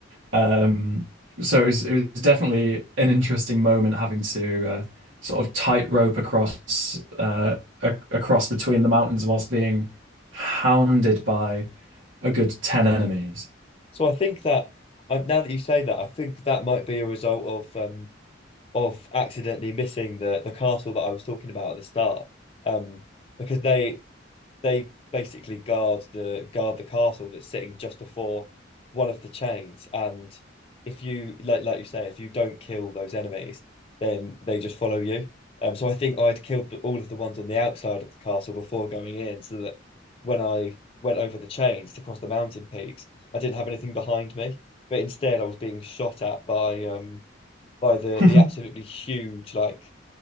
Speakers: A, on the right; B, on the left.
A: Um, so it was, it was definitely an interesting moment having to uh, sort of tightrope across uh, a, across between the mountains whilst being hounded by a good 10 enemies.
B: So I think that uh, now that you say that, I think that might be a result of um of accidentally missing the the castle that I was talking about at the start. Um, because they they basically guard the guard the castle that's sitting just before one of the chains, and if you like like you say, if you don't kill those enemies, then they just follow you. Um, so I think I'd killed the- all of the ones on the outside of the castle before going in, so that when I went over the chains to cross the mountain peaks, I didn't have anything behind me, but instead I was being shot at by um by the
A: <laughs> I
B: the absolutely huge, like